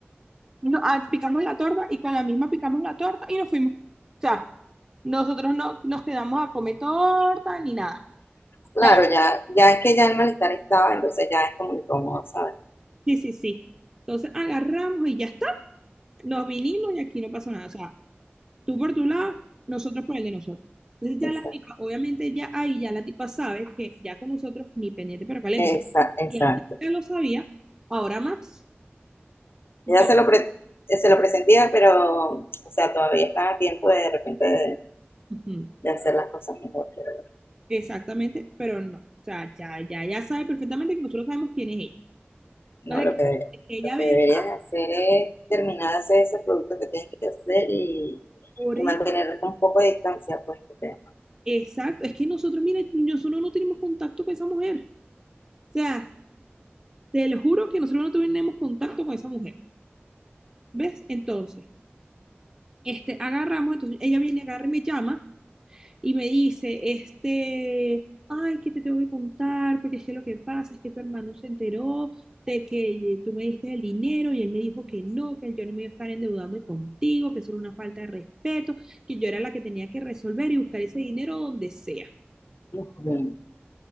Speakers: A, on the right; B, on the left.
A: no, ah, picamos la torta y con la misma picamos la torta y nos fuimos. O sea, nosotros no nos quedamos a comer torta ni nada.
B: Claro,
A: Y aga-
B: ya, ya es que ya el malestar estaba, entonces ya es como incómodo, ¿sabes?
A: sí, sí, sí. Entonces agarramos y ya está, nos vinimos y aquí no pasó nada. O sea, Tú por tu lado, nosotros por el de nosotros. Entonces ya
B: Exacto.
A: la tipa, obviamente ya ahí ya la tipa sabe que ya con nosotros ni pendiente pero caliente.
B: exacto.
A: O sea, y antes ya lo sabía, ahora más.
B: Ella
A: Entonces,
B: se lo, pre- se lo presentía, pero, o sea, todavía estaba a tiempo de de repente de,
A: ujú,
B: de hacer las cosas mejor, pero
A: exactamente, pero no. O sea, ya, ya, ya sabe perfectamente que nosotros sabemos quién es ella.
B: no,
A: Entonces,
B: lo que,
A: que que ella
B: lo
A: venga
B: que deberías hacer es terminar de hacer esos productos que tienes que hacer y,
A: por
B: y
A: él.
B: mantener un poco de distancia, pues, porque...
A: Exacto. Es que nosotros, mira, nosotros no tenemos contacto con esa mujer. O sea, te lo juro que nosotros no tenemos contacto con esa mujer. ¿Ves? Entonces, este, agarramos, entonces ella viene, agarra y me llama y me dice, este, ay, que te tengo que contar, porque es que lo que pasa es que tu hermano se enteró de que tú me diste el dinero y él me dijo que no, que yo no me iba a estar endeudando contigo, que eso era una falta de respeto, que yo era la que tenía que resolver y buscar ese dinero donde sea.
B: Ujú.